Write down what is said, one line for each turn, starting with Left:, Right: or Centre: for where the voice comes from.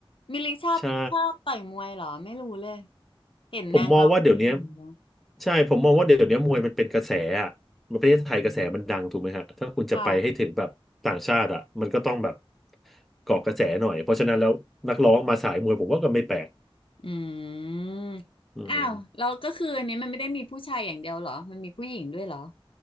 Left: มิลลิชอบชอบต่อยมวยเหรอไม่รู้เลย
Centre: ใช่
Left: เห็นนางร้องเพลงอย่างเดียว
Centre: ผมมองว่าเดี๋ยวนี้ใช่ผมมองว่าเดี๋ยวนี้มวยมันเป็นกระแสอ่ะประเทศไทยกระแสมันดังถูกไหมฮะถ้าคุณจะไปให้ถึงแบบต่างชาติอ่ะมันก็ต้องแบบ
Left: ค่ะ
Centre: เกาะกระแสหน่อยเพราะฉะนั้นแล้วนักร้องมาสายมวยผมว่าก็ไม่แปลก
Left: อืม
Centre: อืม
Left: อ้าวเราก็คืออันนี้มันไม่ได้มีผู้ชายอย่างเดียวเหรอมันมีผู้หญิงด้วยเหรอ